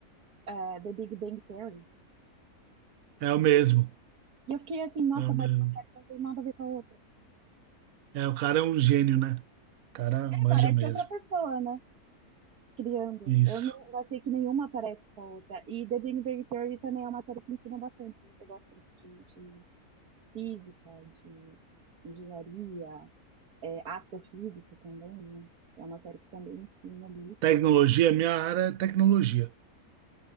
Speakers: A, on the right; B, on the right.
A: eh, The Big Bang Theory.
B: É o mesmo,
A: E eu fiquei assim, nossa,
B: é o
A: mas
B: mesmo.
A: uma série não tem nada a ver com a outra.
B: É, o cara é um gênio, né? O cara
A: É,
B: manja
A: parece
B: mesmo.
A: outra pessoa, né? criando.
B: Isso.
A: Eu não eu achei que nenhuma parece com a outra. E The Big Bang Theory também é uma série que ensina bastante. Se você gosta de, de física, de engenharia, é, astrofísica também, né? É uma série que também ensina ali.
B: Tecnologia, minha área é tecnologia.